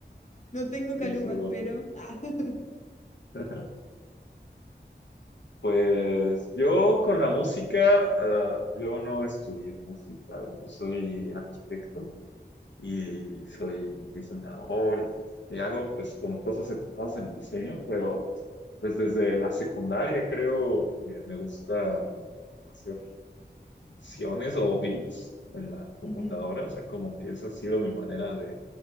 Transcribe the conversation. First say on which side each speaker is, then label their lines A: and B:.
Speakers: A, on the left; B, on the left.
A: No tengo
B: Luis
A: calugas,
B: Lemonte.
A: pero... ah. <laughs>
B: <laughs> Pues yo con la música, ah, yo no estudié música, yo soy arquitecto. y soy diseñador y, y hago pues como cosas enfocadas en el diseño, pero pues desde la secundaria creo eh, me gusta como hacer funciones o beats en la computadora,
A: Ujú.
B: o sea, como que esa ha sido mi manera de,